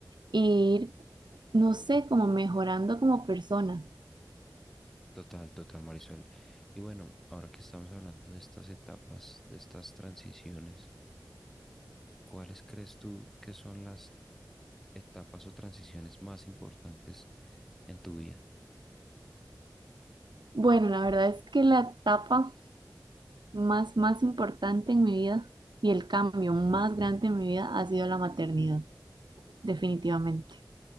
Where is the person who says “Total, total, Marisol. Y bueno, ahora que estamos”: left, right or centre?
Centre